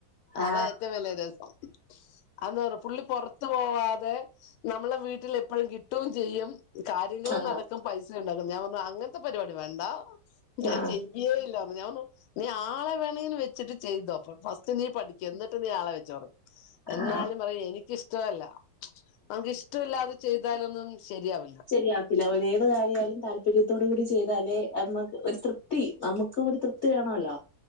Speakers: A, on the left; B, on the left.
A: ആ
B: അതാ ഏറ്റവും വലിയ ദിവസം അന്ന് പറഞ്ഞ പുള്ളി പുറത്ത് പോവാതെ നമ്മളെ വീട്ടിൽ എപ്പോഴും കിട്ടും ചെയ്യും കാര്യങ്ങളും
A: ആ
B: നടക്കും പൈസ ഞാൻപർഞ്ഞു അങ്ങനത്തെ പരിപാടി വേണ്ട ഞാൻ
A: ആ
B: ചെയ്യേ ഇല്ല ഞാർന്നു നീ ആളെ വെണന്ന് വെച്ചിട്ട് ചെയ്തോപ്പ ഫസ്റ്റ് നീ പഠിക്കും എന്നിട്ട് നീ ആളെ വെച്ചോറും
A: ആ.
B: എന്നാലും പറയും എനിക്കിഷ്ടമല്ല നമുക്ക് ഇഷ്ടമല്ലാതെ ചെയ്താലൊന്നും ശരിയാവില്ല
A: ചരിയാവത്തില്ല ഒേത് കാര്യാലും താല്പര്യം തോടുകൂടി ചെയ്താലേ നക്ക് ഒരു തൃപ്തി നമുക്ക് ഒരു തൃപ്തി വേണല്ലോ